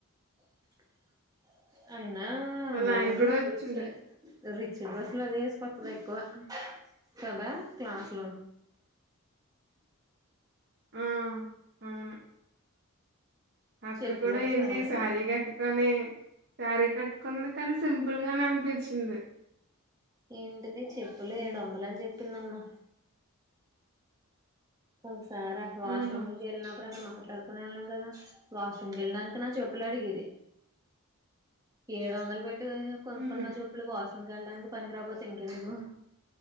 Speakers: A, on the right; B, on the right.
A: అ అయినా
B: వాళ్ళ
A: అందరిలోను
B: ఆయన కూడా వచ్చాడు
A: రిచ్చే రిచ్ డ్రెస్సులు అది వేసుకొత్తది ఎక్కువ కదా క్లాస్ లో
B: ఆ అవును అక్కడ
A: చెప్పులు
B: కూడా
A: ఒకసారి
B: ఏంటి శారీ కట్ కనే శారీ కట్టుకుంది కానీ సింపు ఫుల్గానే అనిపించింది.
A: ఏంటిది చెప్పులే
B: ఉమ్.
A: ఏడు వందలు అని చెప్ తీన్నమ్మా కావుచ్ సార ఆ వాష్రూమ్
B: ఆహా
A: వెళ్ళినప్పుడు అక్కడ మా పడుకునే వాళ్ళం కదా వాష్రూమ్కి వెళ్ళినదుకు నా చెప్పులు అడిగేది ఏడు వందలు పెట్ నేను కొనుక్కున్న
B: ఉహు
A: చెప్పులు వాష్ పనికి వెళ్డానికి పనికి రాకపోతే ఇంకెందుకు